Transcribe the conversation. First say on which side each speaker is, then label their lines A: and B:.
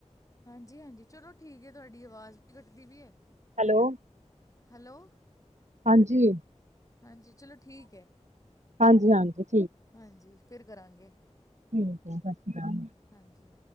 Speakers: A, on the left (about 30°); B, on the right (about 80°).
A: ਹਾਂਜੀ - ਹਾਂਜੀ, ਚਲੋ ਠੀਕ ਐ। ਤੁਹਾਡੀ ਆਵਾਜ਼ ਵੀ ਕੱਟਦੀ ਪੀ ਐ।
B: ਹੈਲੋ!
A: ਹੈਲੋ!
B: ਹਾਂਜੀ।
A: ਹਾਂਜੀ, ਚਲੋ ਠੀਕ ਐ।
B: ਹਾਂਜੀ -ਹਾਂਜੀ।
A: ਹਾਂਜੀ, ਫਿਰ ਕਰਾਂਗੇ।
B: ਠੀਕ ਐ, ਸ਼ਸ ਸੀ ਕਾਲ।
A: ਹਾਂਜੀ।